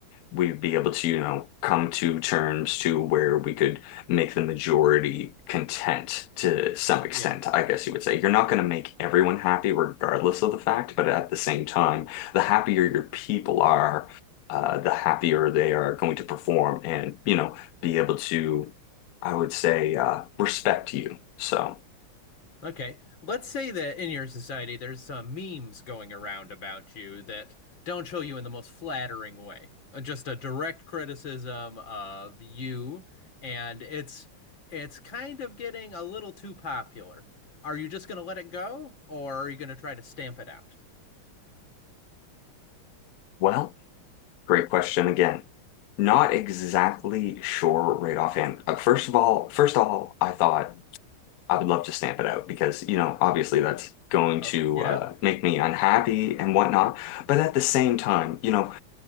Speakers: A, on the left (about 80°); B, on the left (about 65°).
A: we'd be able to, you know, come to terms to where we could make the majority content to some extent,
B: Yeah.
A: I guess you would say. You're not going to make everyone happy regardless of the fact, but at the same time, the happier your people are, uh, the happier they are going to perform and, you know, be able to, I would say, uh, respect you. So,
B: Okay. Let's say that in your society there's some memes going around about you that don't show you in the most flattering way. Uh, Just a direct criticism of you, and it's it's kind of getting a little too popular. Are you just going to let it go, or are you going to try to stamp it out?
A: well, great question again. Not exactly sure right offhand. Uh, first of all, first of all, I thought I would love to stamp it out because, you know, obviously that's going
B: Uh,
A: to
B: yeah.
A: uh, make me unhappy and whatnot. But at the same time, you know,